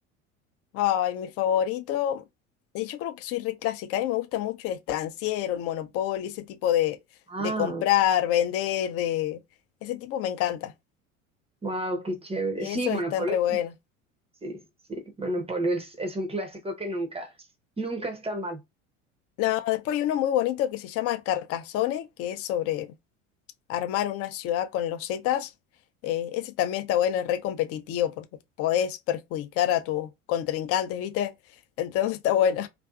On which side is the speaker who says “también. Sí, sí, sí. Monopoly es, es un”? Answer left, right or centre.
Right